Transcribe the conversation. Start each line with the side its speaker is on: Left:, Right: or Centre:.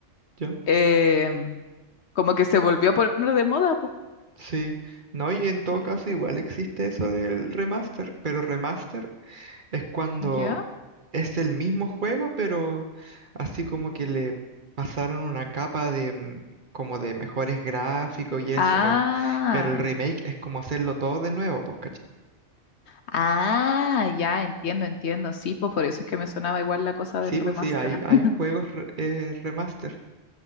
Right: yo.
Left: eh, como que se volvió a poner de moda, pues.
Right: Sí. No, y en todo
Left: El
Right: caso
Left: Resident
Right: igual existe
Left: Evil.
Right: eso del remaster, pero remaster es cuando
Left: ¿Ya?
Right: es el mismo juego, pero así como que le pasaron una capa de mm, como de mejores gráficos y eso
Left: Ah,
Right: en el, pero el remake es como hacerlo todo de nuevo, pues,
Left: ah, ya entiendo, entiendo. Sí, pues por eso es que me sonaba igual la cosa
Right: Sí,
Left: del
Right: pues
Left: remaster.
Right: sí, hay, hay
Left: <laughs>
Right: juegos re- eh, remaster.